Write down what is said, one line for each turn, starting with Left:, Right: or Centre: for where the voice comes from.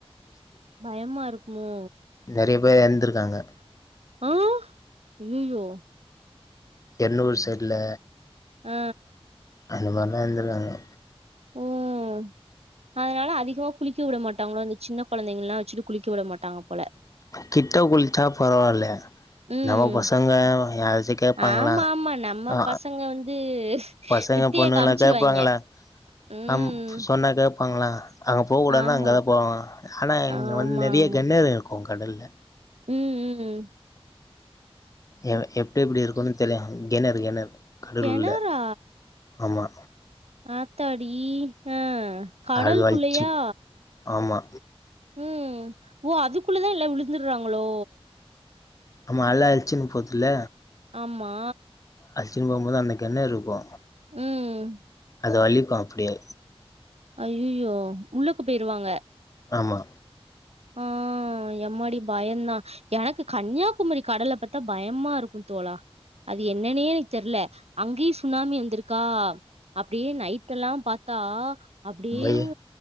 Right: பயமா இருக் குமோ
Left: நெறய பேர் இறந்துருக்காங்க
Right: ஆ அய்யயோ
Left: எண்ணூர் சைட்ல
Right: ஆ
Left: அந்தமாரிலா இருந்துருக்காங்க
Right: ம் அதனால அதிகமா குளிக்க விட மாட்டாங்களோ அந்த சின்ன கொழந்தைங்கல்லா வச்சிட்டு குளிக்க விட மாட்டாங்க போல
Left: கிட்ட குளிச்சா பரவால்ல
Right: ம்
Left: நம்ம பசங்க யாராச்சு கேப்பாங்களா
Right: ஆமா ஆமா நம்ம
Left: ஆ
Right: பசங்க வந்து
Left: பசங்க
Right: வித்திய
Left: பொண்ணுங்களா
Right: காமிச்சிருவாய்ங்க
Left: கேப்பாங்களா
Right: ம்
Left: ஆம் சொன்னா கேப் பாங்ளா அங்க போக்கூடாதுன்னா
Right: ஆமா
Left: அங்க தா போவாங்க ஆனா இங்க
Right: ஆமா
Left: வந்து நெறய
Right: ஆமா
Left: கெண்ணேறு இருக் குங் கடல்ல
Right: ம் ம்
Left: எ எப்டி எப்டி இருக்குனு தெரியாது கெணறு கெணறு கடல்
Right: கெணரா
Left: உள்ள ஆமா
Right: ஆத்தாடி ஆ கடல்
Left: அது வலிச்சு
Right: குள்ளயா
Left: ஆமா
Right: ம் ஓ அதுக்குள்ளதா எல்லா விழுந்துறாங்களோ
Left: ஆமா அல அடிச்சின்னு போதுல
Right: ஆமா
Left: அடிச்சின்னு போம்போது அந்தக்கெணருக்கு
Right: ம்
Left: அது வலிக்கு அப்டியே
Right: அய்யயோ உள்ளுக்க போயிருவாங்க
Left: ஆமா
Right: ஆஹ் எம்மாடி பயன்ந்தா எனக்கு கன்யாகுமரி கடலப்பாத்தா பயமா இருக்கும் தோழா அது என்னன்னே எனக்கு தெர்ல அங்கயும் சுனாமி வந்திருக் கா அப்டியே நைட் எல்லாம் பாத்தா அப்டியேவு
Left: பய